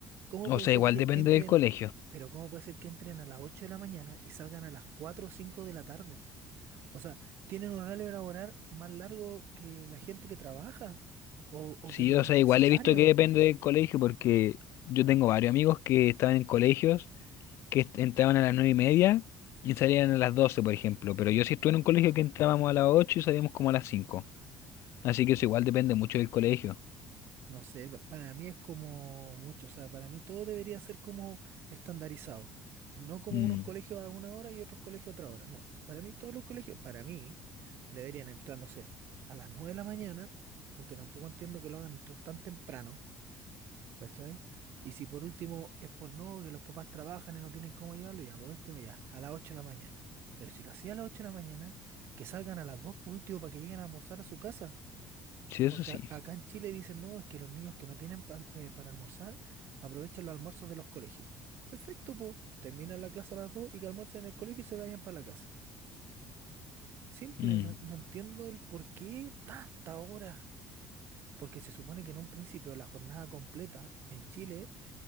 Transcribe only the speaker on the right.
¿Cómo
puede
ser
que
Bueno, entren,
pero cómo puede ser que entren a las 8 de la mañana y salgan a las 4 o 5 de la tarde? O sea, tienen un horario laboral más largo que la gente que trabaja o, o
que los
universitarios.
No sé, pa- para mí es como mucho, o sea, para mí todo debería ser como estandarizado, no como
unos colegios a una hora y otros colegios a otra hora, no, para mí todos los colegios, para mí, deberían entrar, no sé, a las 9 de la mañana, porque tampoco entiendo que lo hagan entrar tan temprano, ¿cachai? Y si por último es por no, que los papás trabajan y no tienen cómo llevarlo, ya, por último ya, a las 8 de la mañana, pero si lo hacía a las 8 de la mañana, que salgan a las 2 por último para que lleguen a almorzar a su casa.
Porque
a- acá en Chile dicen, no, es que los niños que no tienen pa- eh, para almorzar aprovechan los almuerzos de los colegios. Perfecto, po. Terminan la clase a las 2 y que almuercen en el colegio y se vayan para la casa. Simple,
no, no entiendo el por qué tanta hora. Porque se supone que en un principio la jornada completa en Chile